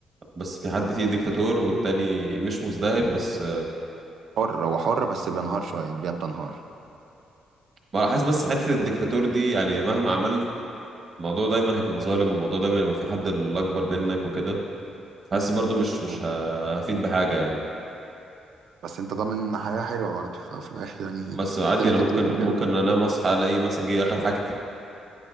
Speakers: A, on the right; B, on the right.
A: بس في حد فيه ديكتاتور والتاني مش مزدهر بس
B: حر هو حر بس بينهار شوية البيئة بتنهار
A: ما انا حاسس بس حته الدكتاتور دي يعني مهما عملت الموضوع دايما هيكون ظالم والموضوع دايما يبقى في حد الاكبر منك وكده حاسس برضو مش مش
B: آه.
A: ه- هفيد بحاجه يعني
B: بس انت ضامن حياة حلوة برضه في في الاخر يعني
A: بس عادي
B: تلك
A: انا ممكن
B: البيئة فاهم؟
A: ممكن انام اصحى الاقي مثلا جه اخد حاجتي